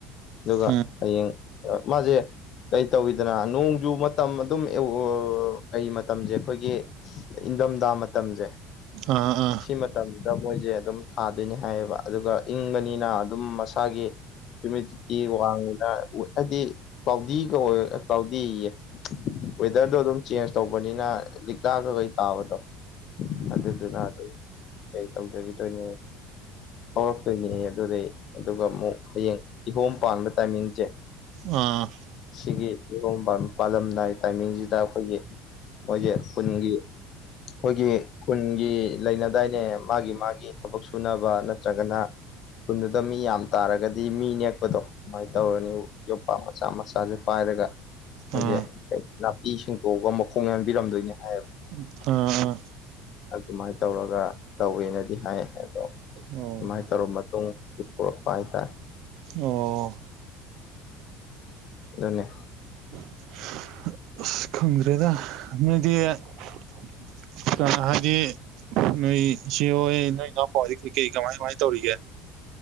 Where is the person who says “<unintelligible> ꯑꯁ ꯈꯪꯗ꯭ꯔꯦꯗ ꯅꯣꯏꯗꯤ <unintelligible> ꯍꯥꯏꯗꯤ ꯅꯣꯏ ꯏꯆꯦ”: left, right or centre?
Right